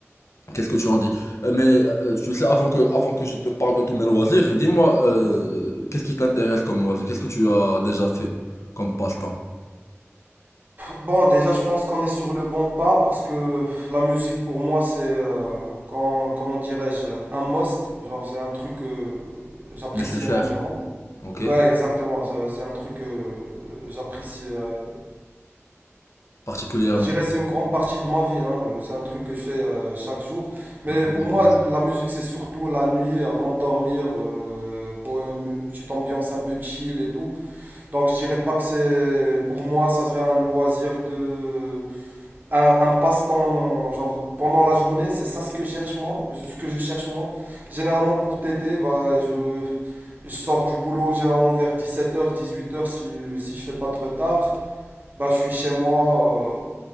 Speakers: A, on the left; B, on the right.
A: Qu'est-ce que tu en dis? Euh, Mais euh, tu sais, avant que, avant que je te parle de tous mes loisirs, dis-moi, euh, qu'est-ce qui t'intéresse comme loisir? Qu'est-ce que tu as déjà fait comme passe-temps?
B: Bon, déjà, je pense qu'on est sur le bon pas parce que la musique pour moi, c'est, euh, quand- comment dirais-je, un must. Genre, c'est un truc que j'apprécie
A: Nécessaire,
B: énormément.
A: ok?
B: Ouais, exactement. ça- C'est un truc que euh, j'apprécie. euh,
A: Particulièrement.
B: Je dirais que c'est une grande partie de ma vie. hein, euh, C'est un truc que je fais euh, chaque jour. Mais
A: Bah, comme
B: pour
A: moi
B: moi,
A: aussi.
B: la musique, c'est surtout la nuit avant de dormir, euh, pour une une petite ambiance un peu chill et tout. Donc, je dirais pas que c'est. Pour moi, ça serait un loisir de. Un, un passe-temps, genre pendant la journée. C'est ça ce que je cherche moi. Ce que je cherche moi. Généralement, pour t'aider, bah, je. Je sors du boulot généralement vers dix-sept heures, dix-huit heures si, si je fais pas de retard. Bah, je suis chez moi